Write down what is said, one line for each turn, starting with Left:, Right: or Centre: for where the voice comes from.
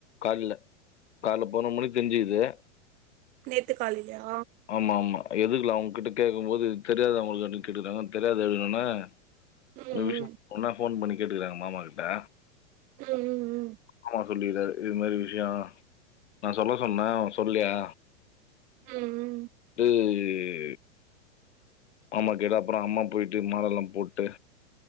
Left: கால்ல கால்ல பதினோறு மணிக்கு தெரிஞ்சுகிது
Right: நேத்து காலிலயா
Left: ஆமா ஆமா எதுக்கலாம் அவங்க கிட்ட கேக்கும் போது தெரியாது அவங்களுக்கு அப்டினு கேட்டுக்குறாங்க தெரியாது அப்டின்னவொடனே
Right: ம் ம்
Left: விஷயம் ஒன்னா போன் பண்ணி கேட்டுக்கறாங்க மாமா கிட்ட
Right: ம் ம் ம்
Left: மாமா சொல்லிகிறாரு இது மாரி விஷயம் நான் சொல்ல சொன்ன சொல்லியா
Right: ம் ம்
Left: <unintelligible> மாமா கேட்டு அப்பறம் அம்மா போயிட்டு மாலல்லாம் போட்டு